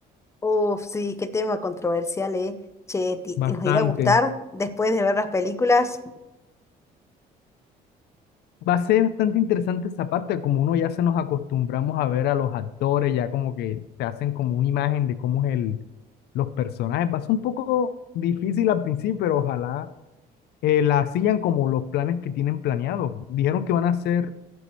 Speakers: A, on the left; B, on the left.
A: Uf, sí, qué tema controversial, ¿eh? Che, ti-
B: Bastante.
A: nos irá a gustar después de ver las películas?
B: Va a ser bastante interesante esa parte, como uno ya se nos acostumbramos a ver a los actores, ya como que te hacen como una imagen de cómo es el, los personajes. Va a ser un poco difícil al principio, pero ojalá eh, la sigan como los planes que tienen planeados. Dijeron que van a hacer,